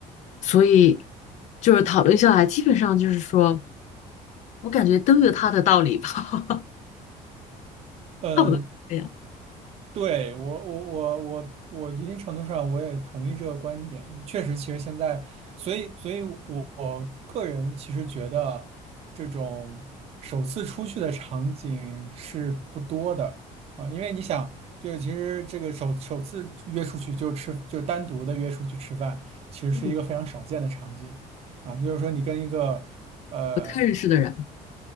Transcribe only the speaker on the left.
所以就是讨论下来，基本上就是说我感觉都有他的道理吧，<laughs>
差不多是这样，
嗯，
不太认识的人，